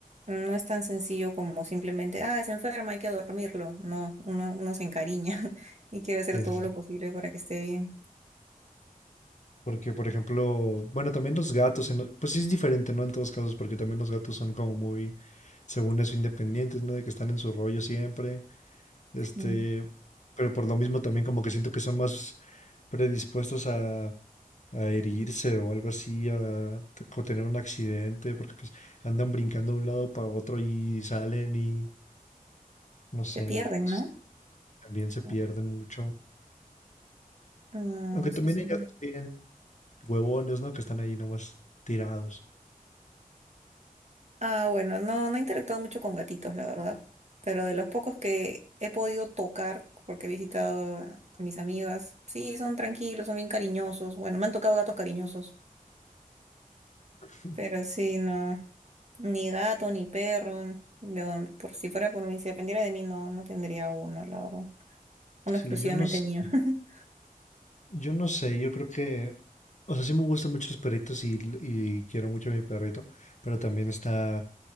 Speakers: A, on the right; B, on the left.
A: no es tan sencillo como simplemente, ah, es enferma, hay que dormirlo. No, uno, uno se encariña <laughs> y quiere hacer
B: Sí,
A: todo
B: sí,
A: lo
B: sí.
A: posible para que esté bien.
B: Porque, por ejemplo, bueno, también los gatos, en lo- pues sí es diferente, ¿no? En todos casos, porque también los gatos son como muy, según eso, independientes, ¿no? De que están en su rollo siempre Este,
A: Mm.
B: pero por lo mismo también como que siento que son más predispuestos a, a herirse o algo así, a t- co- tener un accidente, porque pues andan brincando de un lado para otro y salen y no sé,
A: Se pierden,
B: s-
A: ¿no?
B: también se
A: No,
B: pierden mucho.
A: No,
B: Aunque
A: eso
B: también
A: sí.
B: hay gatos bien huevones, ¿no? Que están ahí nomás tirados.
A: Ah, bueno, no, no he interactuado mucho con gatitos, la verdad. Pero de los pocos que he podido tocar, porque he visitado a a mis amigas, sí, son tranquilos, son bien cariñosos. Bueno, me han tocado gatos cariñosos.
B: <laughs>
A: Pero sí, no, ni gato, ni perro. n- yo, por si fuera por mí, si dependiera de mí, no, no tendría uno, la verdad. Uno
B: Sí,
A: exclusivamente
B: yo no sé.
A: mío. <laughs>
B: Yo no sé, yo creo que, o sea, sí me gustan mucho los perritos y, y quiero mucho a mi perrito, pero también está